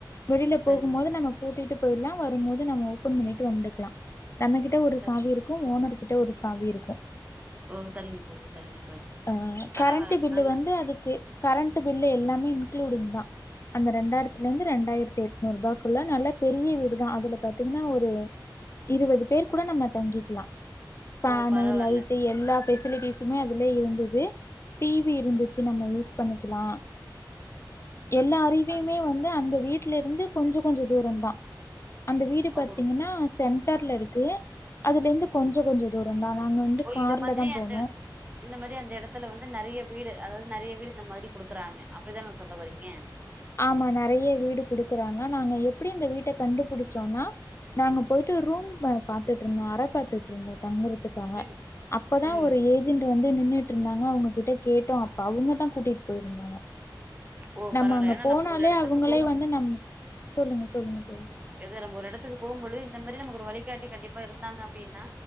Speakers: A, on the left; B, on the right.
A: வெளியில போகும்போது
B: சரிங்க
A: நம்ம பூட்டிட்டு போயிடலாம் வரும்போது நம்ம ஓப்பன் பண்ணிட்டு வந்துக்கலாம் நம்மகிட்ட ஒரு
B: சரி
A: சாவி இருக்கும் ஓனர் கிட்ட ஒரு சாவி இருக்கும்
B: ஓ சரிங்க தோழி சரிங்க தோழி
A: ஆ
B: பரவால்ல
A: கரண்ட பில்லு
B: நல்லா
A: வந்து அதுக்கு கரண்ட் பில்லு எல்லாமே இங்ளூடிங் தா அந்த ரெண்டாயிரத்துல இருந்து ரெண்டாயிரத்து எண்ணூறு ரூபாய்க்குள்ள நல்லா பெரிய வீடு தா அதுல பாத்தீங்கன்னா ஒரு இருபது பேர் கூட நம்ம தங்கிக்கலாம் ஃபேனு
B: ஓ பரவால்ல
A: லைட்டு எல்லா பெசிலிட்டிஸ்மே அது லே இருந்தது டி வி இருந்துச்சி நம்ம யூஸ் பண்ணிக்கலா எல்லா அருவியுமே
B: பர
A: வந்து அந்த வீட்டு்ல இருந்து கொஞ்சோ கொஞ்சோ தூரோந்தா அந்த வீடு
B: ஓ
A: பாத்தீங்கன்னா சென்டர்ல இருக்கு அதுல இருந்து கொஞ்சோ கொஞ்சோ தூரோந்தா நாங்க வந்து
B: ஓ
A: கார்ல
B: இது மாதிரி
A: தா போனோ
B: அந்த இந்த மாரி அந்த இடத்துல வந்து நெறைய வீடு அதாவது நெறைய வீடு இந்த மாரி குடுக்குறாங்க அப்படிதானே சொல்ல வரீங்க
A: ஆமா நெறைய வீடு குடுக்கறாங்க நாங்க எப்டி இந்த வீட்ட கண்டுபிடிச்சோனா நாங்க போயிட்டு ரூம்ம பாத்துட்ருந்தோ அர பத் த்திட்ருந்தோ தங்கறதுக்காக
B: ம்
A: அப்பதா
B: ம்
A: ஒரு ஏஜ் ஜென்ட்டு வந்து நின்னுட்ருந்தாங்க அவுங்க கிட்ட கேட்டோ அப்ப அவுங்க தா கூட்டிட் போயிருந்தாங்க
B: ஓ
A: நம்ம
B: பரவால்ல
A: அங்க
B: ஏன்னா
A: போனாலே
B: நம்ம ஒரு எடத்துக்கு
A: அவுங்களே
B: போவோ
A: வந்து நம்ம சொல்லுங்க சொல்லுங்க தோழி
B: எதோ நம்ம ஒரு எடத்துக்கு போம்போழுது இந்த மாரி நமக்கு ஒரு வழிகாட்டி கண்டிப்பா இருந்தாங்க அப்டின்னா